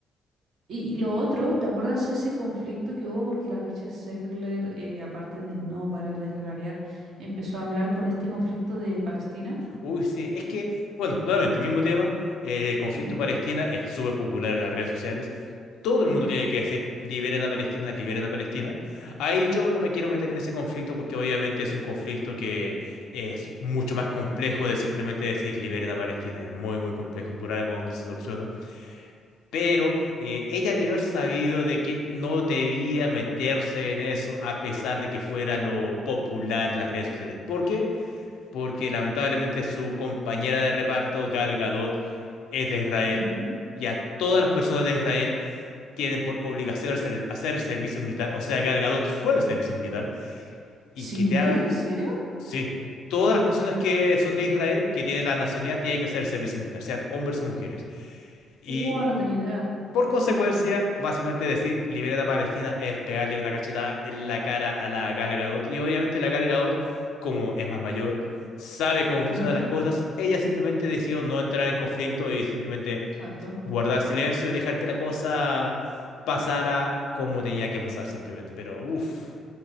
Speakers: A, on the right; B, on the left.
A: y lo otro, ¿te acuerdas ese conflicto que hubo porque la Rachel Zegler, eh, aparte de no parar de cagarear, empezó a hablar con este conflicto de Palestina?
B: Uy, sí, es que, bueno, nuevamente, mismo tema, eh, el conflicto
A: Ujú,
B: Palestina es súper popular en las redes sociales. Todo
A: ujú,
B: el mundo tiene que decir, liberen a Palestina, liberen a Palestina. Ahí yo no me quiero meter en ese conflicto porque obviamente es un conflicto que es mucho más complejo de simplemente decir, liberen a Palestina. Es muy, muy complejo, por algo aún no se soluciona. Pero eh, ella debió haber sabido de que no debía meterse en eso a pesar de que fuera lo popular en las redes sociales. ¿Por qué? porque lamentablemente su compañera de reparto, Gal Gadot, es de Israel
A: ujú.
B: y a todas las personas de Israel tienen por obligación hacer, hacer servicio militar. O sea, Gal Gadot fue al servicio militar y
A: Sí,
B: que te hable,
A: ¿en serio?
B: sí, todas las personas que son de Israel, que tienen la nacionalidad, tienen que hacer servicio militar, sean hombres o mujeres. Y
A: Wow, no tenía idea.
B: por consecuencia, básicamente decir libera a Palestina es pegarle una cachetada en la cara a la Gal Gadot. Y obviamente la Gal Gadot, como es más mayor, sabe cómo funcionan
A: Ujú,
B: las cosas. Ella simplemente decidió no entrar en conflicto y simplemente
A: Exacto.
B: guardar silencio y dejar que la cosa pasara como tenía que pasar simplemente. Pero uff.